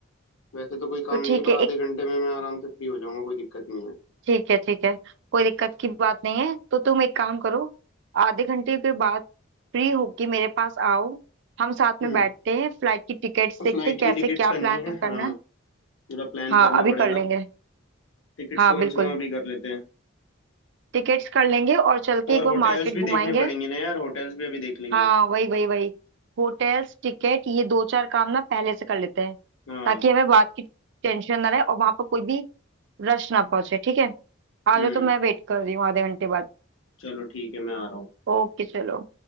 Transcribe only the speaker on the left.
वैसे तो कोई काम
नहीं
है पर
आधे
घंटे में मैं आराम से फ्री हो जाऊंगा कोई दिक्कत नहीं है
हम्म
फ्लाइट
की
टिकट्स
करनी
है हाँ
पूरा प्लान
करना
पड़ेगा
टिकट्स
तो
कम से कम अभी कर लेते हैं
और
होटल्स
भी
देखने पड़ेंगे ना यार होटल्स भी अभी देख लेंगे
हाँ
हम्म
चलो ठीक है मैं आ रहा हूँ